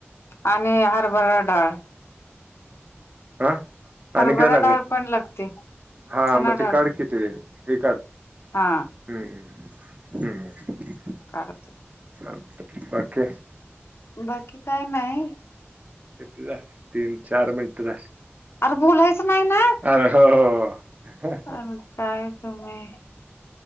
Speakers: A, on the left; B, on the right.
A: आणि हरभरा डाळ
B: ह
A: हरभरा
B: आणि काय लागेल?
A: डाळ पण लागते
B: हा
A: चना
B: मग ते
A: डाळ
B: काढ की ते ते काढ,
A: हा
B: हम्म हम्् हम्म
A: कराच
B: अ बाके <unintelligible>
A: बाकी काय नाही
B: किती झाले? तीन चार मिनिट झाले.
A: अरे बोलायचं नाही ना.
B: अरे हो हो
A: अर काय तुम्ही!